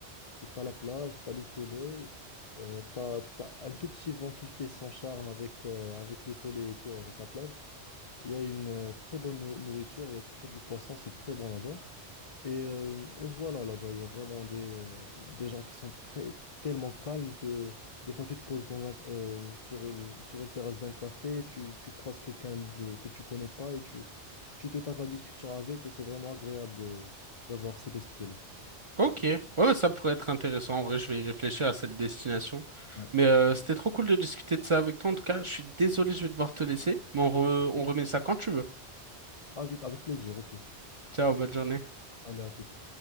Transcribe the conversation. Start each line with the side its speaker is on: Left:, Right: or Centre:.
Left: Du coup, t'as la plage, t'as le soleil, euh, t'as, t'as un tout petit vent qui fait son charme avec, euh, avec le soleil et tout, et avec la plage. Il y a une euh, très bonne nou- nourriture, il y a surtout du poisson, c'est très bon là-bas. Et, euh, et voilà, là-bas, il y a vraiment des, euh, des gens qui sont très, tellement calmes que des fois, tu te poses dans un, euh, sur, le- sur une terrasse d'un café, tu, tu croises quelqu'un de, que tu connais pas et tu, tu te tapes la discussion avec et c'est vraiment agréable de, d'avoir cet esprit-là.
Right: Ok. Ouais, ouais, ça pourrait être intéressant. En vrai, je vais y réfléchir à cette destination.
Left: Ouais.
Right: Mais euh, c'était trop cool de discuter de ça avec toi. En tout cas, je suis désolé, je vais devoir te laisser. Mais on, re-
Left: Ok.
Right: on remet ça quand tu veux.
Left: Avec, avec plaisir, ok.
Right: Ciao, bonne journée.
Left: Allez, à toute.